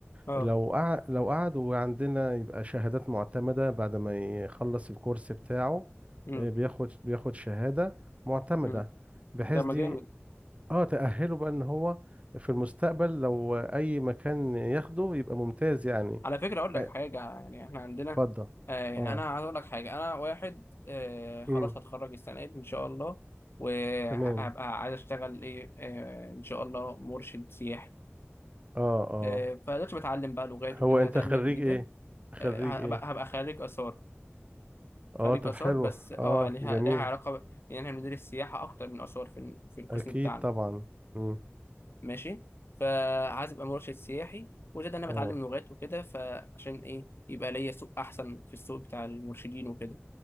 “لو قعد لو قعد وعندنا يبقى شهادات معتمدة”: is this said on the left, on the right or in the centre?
Right